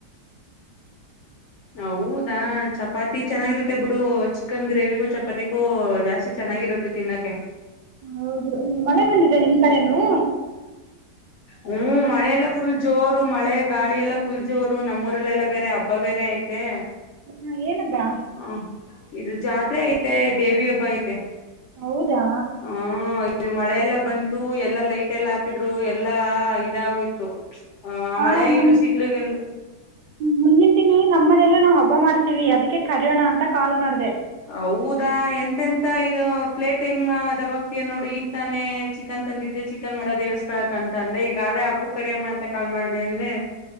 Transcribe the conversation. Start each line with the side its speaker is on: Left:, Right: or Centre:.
Left: ಹೌದಾ ಚಪಾತಿ ಚೆನ್ನಾಗಿರುತ್ತೆ ಬಿಡು ಚಿಕನ್ ಗ್ರೇವಿಗೂ ಚಪಾತಿಗೂ ಜಾಸ್ತಿ ಚೆನ್ನಾಗಿರುತ್ತೆ ತಿನ್ನಕೆ
Right: ಹೌದು ಮಳೆ ಬಂದಿದೆ ನಿಮ್ ಕಡೆನುೂ
Left: ಹ್ಮ್ ಮಳೆಲ್ಲಾ ಫುಲ್ ಜೋರು ಮಳೆ ಗಾಳಿ ಎಲ್ಲಾ ಫುಲ್ ಜೋರು ನಮ್ಮೂಊರಲ್ಲೆಲ್ಲಾ ಬೇರೆ ಹಬ್ಬ ಬೇರೆ ಐತೆ
Right: ಹಾ ಏನದಾ
Left: ಹ ಇದು ಜಾತ್ರೆ ಐತೆ ದೇವಿ ಹಬ್ಬ ಐತೆ
Right: ಹೌದಾ
Left: ಹಾ ಇದು ಮಳೆಲ್ಲಾ ಬಂತು ಎಲ್ಲಾ ಲೈಟ್ ಎಲ್ಲಾ ಹಾಕಿದ್ರು ಎಲ್ಲಾ ಇದಾಗೋಯ್ತು ಹ ಆ
Right: ಹಾಂ
Left: ಮಳೆ
Right: ಮುನ್
Left: ಇರುಸ ಇಡ್ಲಿಗೆಲ್ಲ
Right: ಮುಂದಿನ ತಿಂಗಳು ನಮ್ಮ ಮನೇಲೂ ನಾವು ಹಬ್ಬ ಮಾಡ್ತೀವಿ ಅದಕ್ಕೆ ಕರಯೋಣ ಅಂತ ಕಾಲ್ ಮಾಡ್ದ
Left: ಹೌದಾ ಎಂತೆಂತ ಇದು ಪ್ಲೇಟ್ ಹೆಂಗ್ ಅದ ಬಕ್ತಿಯ ನೋಡು ಈಗ ತಾನೆ ಚಿಕನ್ ತಂದಿದ್ದೆ ಚಿಕನ್ ಮಾಡೋದ ಹಕಳಕ ಅಂತ ಅಂದೆ ಈಗ ಅಲೇ ಹಬ್ಬುಕ್ ಕರಿಯಮ್ಮ ಅಂತ ಕಾ ಮಾಡ್ದ ಅಂದ್ರೆ